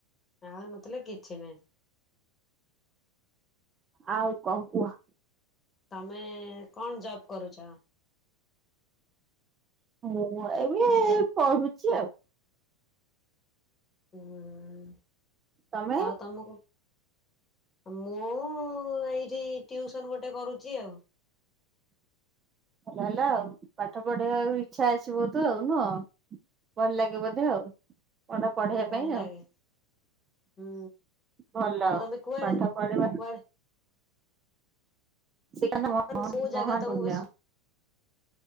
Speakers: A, on the left; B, on the right.
A: ନାଁ ପା ନଥିଲେ କିଛି ନହିଁ।
B: ଆଉ କଣ କୁହ।
A: ତମେ କଣ ଜବ୍ କରୁଚ?
B: ମୁଁ ଏବେ ଏଇ ପଢୁଚି ଆଉ।
A: ହୁଁ
B: ତମେ
A: ଆଉ ତମକୁ ମୁଁ ଏଇଠି ଟିଉସନ୍ ଗୋଟେ କରୁଚି ଆଉ।
B: ଭଲ ହେଲା ଆଉ ପାଠ ପଢେଇବାକୁ ଇଚ୍ଛା ଅଛି ବୋଧେ ଆଉ ନୁହଁ। ଭଲ ଲାଗେ ବୋଧେ ଆଉ। ପାଠ ପଢେଇବା
A: ହଁ ଭଲ
B: ପାଇଁ
A: ଲାଗେ
B: ଆଉ
A: ହୁଁ
B: ଭଲ
A: ଆଉ ତମେ କୁଆଡେ
B: ପାଠ ପଢେଇବା
A: କୁଆଡେ
B: ଶିକ୍ଷା <unintelligible> ମ ମହାନ୍
A: କୋଉ
B: ମହାନ୍
A: ଜାଗା ତମକୁ
B: ପୁନ୍ୟ।
A: ବେଶୀ